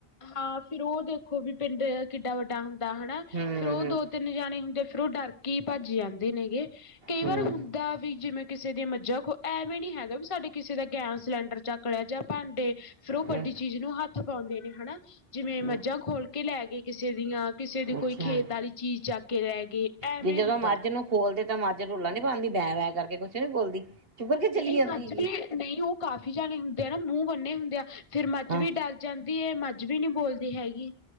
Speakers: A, on the left; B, on the right.
A: ਹਾਂ ਫਰ ਉਹ ਦੇਖੋ ਵੀ ਪਿੰਡ ਕਿੱਡਾ ਵੱਡਾ ਹੁੰਦਾ ਹਨਾ
B: ਹੂੰ,
A: ਫੇਰ ਉਹ
B: ਹੂੰ।
A: ਦੋ ਤਿੰਨ ਜਾਣੇ ਹੁੰਦੇ ਫੇਰ ਉਹ ਡਰ ਕੇ ਭੱਜ ਜਾਂਦੇ ਨੇਗੇ ਕਈ
B: ਹੂੰ,
A: ਵਾਰ ਹੁੰਦਾ ਵੀ ਜਿਵੇ ਕਿਸੇ ਦੀਆਂ ਮੱਝਾਂ ਕੋ ਇਹ ਵੀ ਨੀ ਹੈਗਾ ਵੀ ਸਾਡੇ ਕਿਸੇ ਦਾ ਗੈਸ ਸਿਲੰਡਰ ਚੱਕ ਲਿਆ ਜਾਂ ਭਾਂਡੇ ਫੇਰ ਉਹ
B: ਹੂੰ,
A: ਵੱਡੀ ਚੀਜ਼ ਨੂੰ ਹੱਥ ਪਾਉਂਦੇ ਨੇ ਹਨਾ ਜਿਵੇਂ
B: ਹੂੰ
A: ਮੱਝਾਂ ਖੋਲ ਕੇ ਲੈ ਗਏ ਕਿਸੇ ਦੀਆਂ ਕਿਸੇ ਦੀ
B: ਅੱਛਾ
A: ਕੋਈ ਖੇਤ ਵਾਲੀ ਚੀਜ਼ ਚੱਕ ਕੇ ਲੈ ਗਏ ਐਵੇਂ
B: ਜੇ ਜਦੋਂ
A: ਹੁੰਦਾ।
B: ਮੱਝ ਨੂੰ ਖੋਲਦੇ ਤਾਂ ਮੱਝ ਰੋੱਲਾ ਨੀ ਪਾਉਂਦੀ ਬੈਂ ਵੈਂ ਕਰਕੇ ਕੁਛ ਨੀ ਬੋਲਦੀ ਚੁੱਪ ਕਰਕੇ ਚਲੀ
A: ਨਹੀਂ
B: ਜਾਂਦੀ
A: ਮੱਝ
B: ਸੀ।
A: ਵੀ ਨਹੀਂ ਉਹ ਕਾਫੀ ਜਾਣੇ ਹੁੰਦੇ ਨਾ ਮੂੰਹ ਬੰਨੇ ਹੁੰਦੇ ਆ ਫੇਿਰ ਮੱਝ
B: ਹਾਂ,
A: ਵੀ ਡਰ ਜਾਂਦੀ ਹੈ। ਮੱਝ ਅੱਜ ਵੀ ਨਹੀ ਬੋਲਦੀ ਹੈਗੀ।